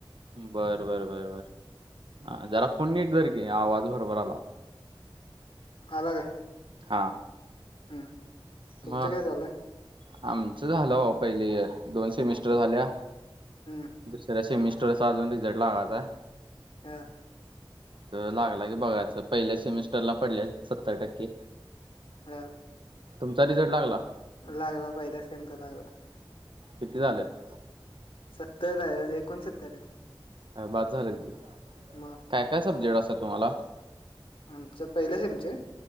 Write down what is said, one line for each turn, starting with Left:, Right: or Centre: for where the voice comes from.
Right: बरं बर बर बर जरा फोन नट जर की आवाज बरोबर आला
Left: हला काय
Right: हा
Left: हम्म तुमचं
Right: मग
Left: काय चालंय
Right: आमचं झालं पहिले इयर दोन सेमिस्टर झाल्या
Left: हम्म
Right: दुसऱ्या सेमिस्ट थोडासा अजून रिझल्ट लागायचं
Left: हा
Right: तर लागला की बघायच पहिल्या सेमिस्टरला पडले सत्तर टक्के
Left: हा
Right: तुमचा रिझल्ट लागला
Left: लागला पहिला सेमचा लागला
Right: किती झालेत
Left: सत्तर आहे एकोणसत्तर आहेत
Right: बास झालेी
Left: मग
Right: काय काय सब्जेक्ट असा तुम्हाला
Left: आमच्या पहिल्या सेमचे